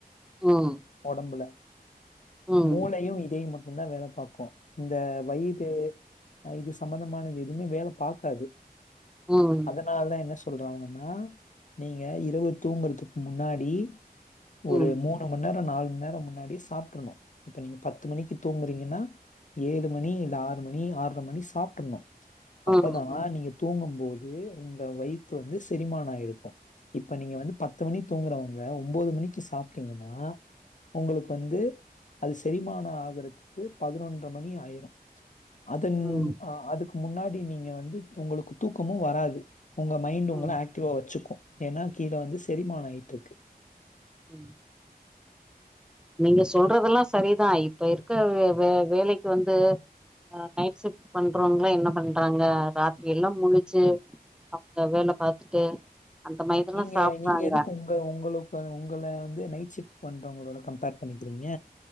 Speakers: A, in the centre; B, on the left.
A: ம்
B: ஒடம்புல
A: ம்
B: மூளையு இதய ம ட்டுந்தா வேல பாக்கு இந்த வயிறு அ இது சம்பந்தமானது எதுமே வேல பாக்காது
A: ம்
B: அதனாலதா என்ன சொ சொல்றாங்கனா நீங்க இரவு தூங்குறதுக்கு முன்னாடி
A: ம்
B: ஒரு
A: ம்
B: மூணு மண் நேர நாலு மண் நேர முன்னாடி சாப்ட்றணு இப்ப நீங்க பத்து மணிக்கு தூங்கறிங்கனா ஏழு மணி இல்ல ஆறு மணி ஆறர மணி சாப்ட்ரணு அப்பதா
A: ம் ம்
B: நீங்க தூங்கும் போது உங்க வயித்து வந்து செரிமான ஆயிருக்கு இப்ப நீங்க வந்து பத்து மணிக் தூங்குறவங்க ஒம்போது மணிக்கு சாப்ட்டிங்க னா உங்களுக்கு வந்து அது செரிமான ஆகறதுக்கு பதினொன்ற மணி ஆயிரு அதுன்
A: ம் ம்
B: ஆ அதுக்கு முன்னாடி நீங்க வந்து உங்களுக்கு தூக்கமு வராது உங்க மைண்டு
A: ம்
B: உங்கள ஆக்டிவா வெச்சுக்கு ஏனா கீழ வந்து செரிமான ஆயிட்ருக்கு
A: ம் நீங்க சொல்றதெல்லா சரிதா இப்ப இருக்க வே வே வேலைக்கு வந்து அ நைட் ஷிப்ட் பண்றவங்லா என்ன பண்றாங்க ராத்திரி எல்லா முழிச்சு அவங்க வேல பாத்துட்டு அந்த மாரிதெல்லா
B: நீங்க
A: சாப்றாங்க
B: நீங்க எதுக்கு உங்க உங்களுக் உங்கள வந்து நைட் ஷிஃப்ட் பண்றவங்களோட கம்பேர் பண்ணிக்கிறிங்க